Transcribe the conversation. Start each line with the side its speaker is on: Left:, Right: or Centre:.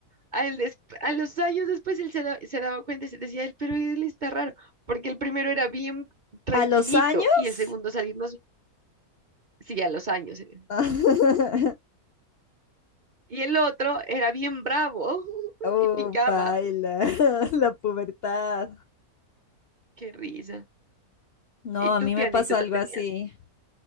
Right: Al des- a los años después él se, da- se daba cuenta y se decía, él, pero él está raro, porque el primero era bien tranquilito
Left: ¿A los años?
Right: y el segundo salirnos, sí, a los años. eh.
Left: <laughs>
Right: Y el otro era bien bravo <laughs>
Left: Oh,
Right: y picaba.
Left: paila, <laughs> la pubertad.
Right: Qué risa.
Left: No,
Right: ¿Y
Left: a
Right: tú
Left: mí
Right: qué
Left: me
Right: anécdota
Left: pasó algo
Right: tenías?
Left: así.